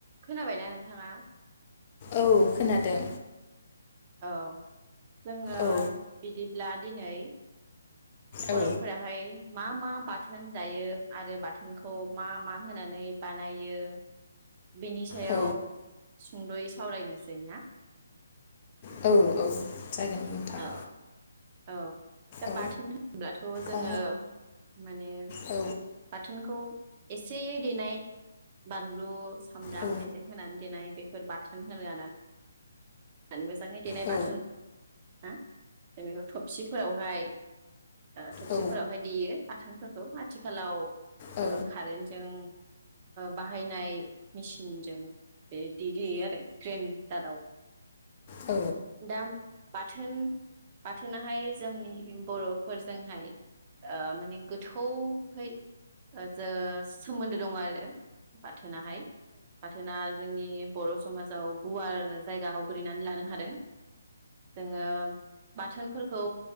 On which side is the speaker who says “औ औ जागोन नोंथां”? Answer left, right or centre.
Left